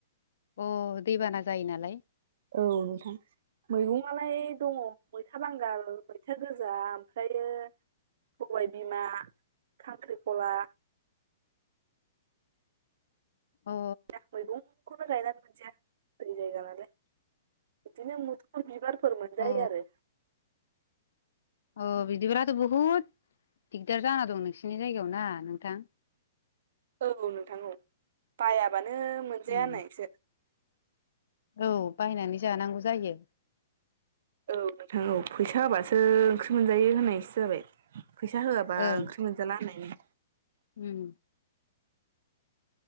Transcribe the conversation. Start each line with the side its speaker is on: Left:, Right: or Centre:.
Left: अ दैबाना जायो नालाय
Right: औ नोंथां मैगंआलाय दङ मैथा बांगाल मैथा गोजा ओमफ्रायो सबाय बिमा खांख्रिखला
Left: अ
Right: <inaudible> खौनो गायनानै मोनजाया दै जायगानालाय बिदिनो मोदोफोल बिबार फोर मोनजायो
Left: अ
Right: आरो
Left: अ बिदिब्लाथ' बुहुद दिगदार जाना दं नोंसिनि जायगायाव ना नोंथां
Right: औ नोंथां औ बायाबानो मोनजाया
Left: उम
Right: होननायसो
Left: औ बायनानै जानांगौ जायो
Right: औ नोंथां औ फैसा हाबासो ओंख्रि मोनजायो होननायसो जाबाय फैसा होआबा
Left: ओं
Right: ओंख्रि मोनजाला होननायनि
Left: उम